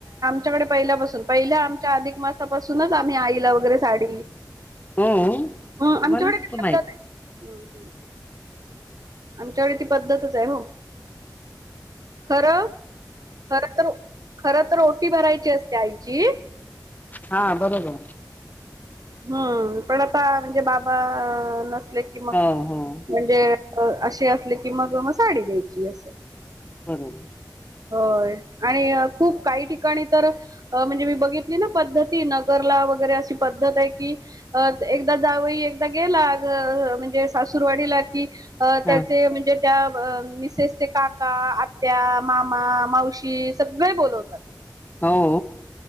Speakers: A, on the right; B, on the left.
A: आमच्या कडे पहिल्यापाून पहिल्या आमच्या अधिक मासापूनच आम्ही आई ला वगैरे साडी
B: हो मला
A: अ आमच्याकडे
B: नव्हतं
A: <unintelligible>
B: माहित
A: हम्म हम्म हम्म. आमच्याकडे ती पद्धतच आहे हो खरं खर तर वो खर तर ओटी भरायची असते आईची
B: हा बरोबर.
A: ह पण आता म्हणजे बाबा नसले कि मग
B: हो हो
A: म्हणजे अ असे असले की मग म साडी द्यायची असं
B: बरोबर.
A: होय आणि खूप काही ठिकाणी तर म्हणजे मी बघितली ना, पद्धती नगरला वगैरे अशी पद्ध पधत आहे की अ एकदा जावई एकदा गेला ज अ म्हणजे सासुरवाडीला कि अ त्याचे
B: हा
A: म्हणजे त्या मिसेसचे काका, आत्या, मामा, मावशी सगळे बोलवतात.
B: हौ